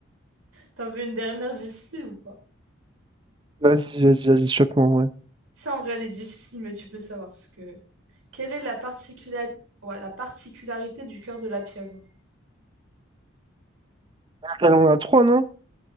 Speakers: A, on the right; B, on the right.
A: T'en veux une dernière difficile ou pas?
B: Vas-y, vas-y, vas-y, choque-moi, ouais.
A: Ça, en vrai, elle est difficile, mais tu peux savoir, parce que... Quelle est la particula- ouais, la particularité du cœur de la pieuvre?
B: Elle en a trois, non?